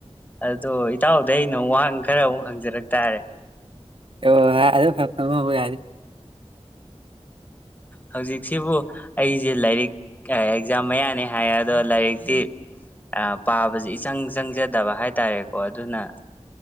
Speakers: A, on the left; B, on the right.
A: ꯑꯗꯣ ꯏꯇꯥꯎꯗ ꯑꯩꯅ ꯋꯥꯍꯪ ꯈꯔ ꯃꯨꯛ ꯍꯪꯖꯔꯛ ꯇꯥꯔꯦ
B: ꯑꯣ ꯑꯗꯨꯕ ꯍꯪꯉꯣ ꯍꯪꯉꯣ ꯌꯥꯅꯤ
A: ꯍꯧꯖꯤꯛꯁꯤꯕꯨ ꯑꯩꯁꯦ ꯂꯥꯏꯔꯤꯛ ꯑꯦꯛꯖꯥꯝ ꯃꯌꯥꯅꯤ ꯍꯥꯏꯌꯦ ꯑꯗꯣ ꯂꯥꯏꯔꯤꯛꯇꯤ ꯑ ꯄꯥꯕꯁꯤ ꯏꯆꯪ ꯆꯪꯖ ꯐꯠꯇꯕ ꯍꯥꯏꯇꯥꯔꯦꯀꯣ ꯑꯗꯨꯅ